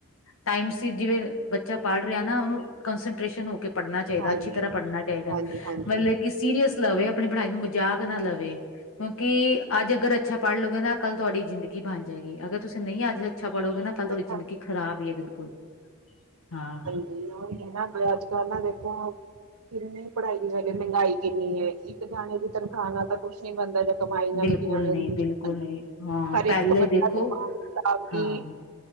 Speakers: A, on the left; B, on the right.
A: ਟਾਈਮ ਜਿਵੇਂ ਬੱਚਾ ਪੜ੍ਹ ਰਿਹਾ ਨਾ ਉਹਨੂੰ ਕੰਸਟਰੇਸ਼ਨ ਸਟੇਸ਼ਨ ਹੋ ਕੇ- ਪੜ੍ਹਨਾ ਚਾਹੀਦਾ
B: ਹਾਂਜੀ
A: ਅੱਛੀ ਤਰ੍ਹਾਂ ਪੜ੍ਹਨਾ ਚਾਹੀਦਾ।
B: ਹਾਂਜੀ ਹਾਂਜੀ
A: ਮਤਲਬ ਕਿ ਸੀਰੀਅਸ ਲਵੇ ਆਪਣੀ ਪੜ੍ਹਾਈ ਨੂੰ ਮਜ਼ਾਕ ਨਾ ਲਵੇ, ਕਿਉਂਕਿ ਅੱਜ - ਅਗਰ ਅੱਛਾ ਪੜ੍ਹ ਲੋਗੇ ਨਾ ਕੱਲ੍ਹ ਤੁਹਾਡੀ ਜ਼ਿੰਦਗੀ ਬਣ ਜਾਏਗੀ, ਅਗਰ ਤੁਸੀਂ ਨਹੀਂ ਅੱਜ ਅੱਛਾ ਪੜੋਗੇ ਨਾ ਕੱਲ ਤੁਹਾਡੀ
B: ਹਾਂਜੀ
A: ਜ਼ਿੰਦਗੀ ਖ਼ਰਾਬ ਹੀ ਹੈ ਬਿਲਕੁਲ ਹਾਂ।
B: ਮੋਲ ਇਨਾ ਪਿਆ ਹੈ ਅੱਜ ਕੱਲ ਨਾ ਦੇਖੋ- ਕਿੰਨੀ ਪੜ੍ਹਾਈ ਦੀ ਵ ਮਹਿੰਗਾਈ ਕਿੰਨੀ ਹੈਏ ਇੱਕ ਜਾਣੇ ਦੀ ਤਨਖਾਹ ਨਾਲ ਤਾਂ ਕੁਛ ਨੀ ਬਣਦਾ ਕਮਾਈ ਨਾਲ
A: ਬਿਲਕੁਲ
B: ਇਕ ਜਾਣੇ
A: ਨਹੀਂ
B: ਦੀ ਕੁਛ
A: ਬਿਲਕੁਲ
B: ਨੀ ਬਣਦਾ
A: ਨਹੀਂ ਹਾਂ
B: ਹਰ ਇੱਕ
A: ਪਹਿਲੇ
B: ਬੰਦਾ
A: ਦੇਖੋ
B: ਕਮਾਵੇ ਤਾ ਵੀ
A: ਹਾਂ